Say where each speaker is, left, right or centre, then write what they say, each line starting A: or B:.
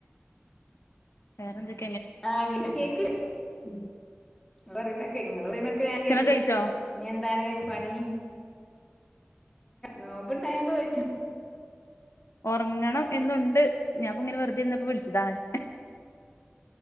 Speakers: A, on the left; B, on the left.
A: വേറെന്തൊ <unintelligible>
B: ആഹ് കേ കേക്ക്
A: ഉ
B: പറയുന്നൊക്കെ ഇങ്ങ പറുന്നൊക്കെ ഞാൻ കേൾക്ക
A: കഴിച്ചോ
B: ഇനി എന്താണ് പണി നോമ്പണ്ടായണ്ട് ചോയ്ച്ച
A: ഉറങ്ങണം എന്നുണ്ട് ഞാൻപ്പൊ ഇങ്ങനെ വെറുതെ ഇരുന്നപ്പോ വിളിച്ചതാണ്